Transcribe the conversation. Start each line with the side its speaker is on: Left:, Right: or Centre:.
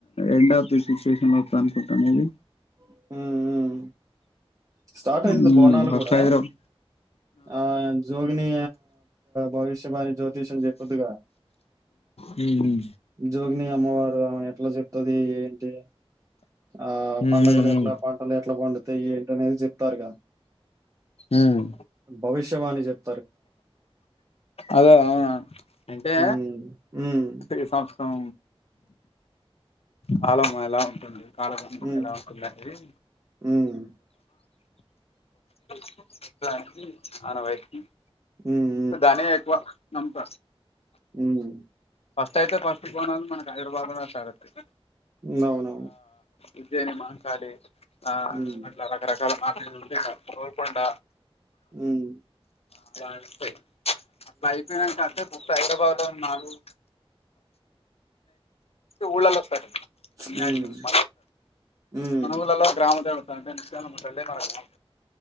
Left: ఎండ్ ఆఫ్ ది సిచ్యువేషన్ అనుకుంటాను అది.
Right: హుహు స్టార్ట్ అవుతుది
Left: మ్మ్
Right: బోనాలు
Left: ఫస్ట్
Right: కూడా
Left: హైదరాబాద్
Right: ఆ జోగని భవిష్య బణ జ్యోతిష చెప్పుది గా
Left: మ్మ్
Right: జోగిని అమ్మవారు ఆవున ఎట్లా చెప్తుది ఏంటి. ఆ
Left: మ్మ్
Right: పండగలు ఎట్ల పంటలు ఎట్ల పండుతాయి ఏంటనేది చెప్. స్థారుగా
Left: మ్మ్
Right: భవిష్యవాని చెప్.
Left: అదే అవునా అంటే
Right: హ్మ్. హ్మ్.
Left: మొత్తం కాలం ఎలా ఉంటుంది కాలం
Right: హ్మ్.
Left: ఎలా ఉంటది అనేది
Right: హ్మ్.
Left: <inaudible> అన వైకి <inaudible>
Right: హ్మ్.
Left: దాని ఎవ నమక
Right: ఉమ్
Left: ఫస్ట్ అయితే ఫస్ట్ బోనం మనకు హైదరాబాద్లోనే స్టార్ట్ అవుతాయి
Right: హ్మ్. అవునవును.
Left: ఉజ్యాని మాంకాలి ఆ
Right: హ్మ్.
Left: అట్లా రకరకాల <unintelligible> గోల్కొండ
Right: ఉమ్
Left: <inaudible> సైదరాబాద్ లో నాలుగు <inaudible> ఊళ్ళల్లో స్టార్ట్
Right: హ్మ్.
Left: <inaudible>
Right: హ్మ్.
Left: మన ఊర్లలో గ్రామ దేవత అంటే ముత్యాలమ్మ దేవతే మన గ్రామ దేవత